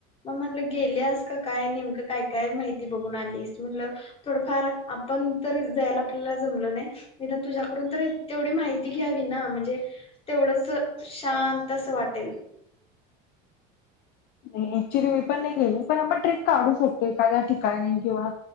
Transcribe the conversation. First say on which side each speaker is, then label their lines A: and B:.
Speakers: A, on the left; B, on the left.
A: मग म्हटलं गेल्यास का काय नेमकं काय काय माहित ते बघून आलीस? म म्हणलं थोडफार आपण तरी जायाला आपल्याला जमल नाही निदान तुझ्या करून तर तेवढी माहिती घ्यावी ना म्हणजे तेवढंच शांत असं वाटेल.
B: नाही ऍक्च्युली मी पण नाही गेली पण आम्ही ट्रीप काढू शकतो एखाद्या ठिकाणी किंवा